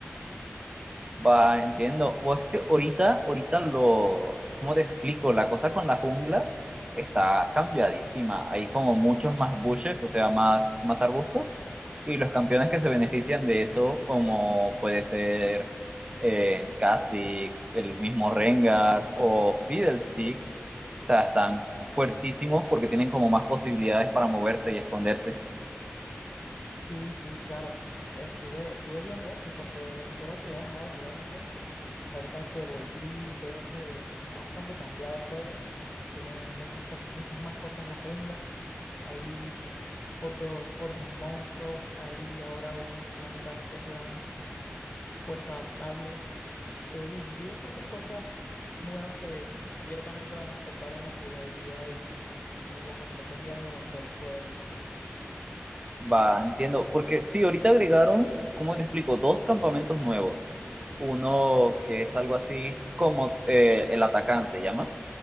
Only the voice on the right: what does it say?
Va, entiendo. O es que ahorita, ahorita lo, ¿cómo te explico? La cosa con la jungla está cambiadísima. Hay como muchos más bushes, o sea, más, más arbustos. Y los campeones que se benefician de eso, como puede ser eh, Kha'Zix, el mismo Rengar o Fiddlesticks, o sea, están fuertísimos porque tienen como más posibilidades para moverse y esconderse.
Va, entiendo. Porque sí, ahorita agregaron, ¿cómo te explico? Dos campamentos nuevos. Uno que es algo así como eh, el Atacán se llama,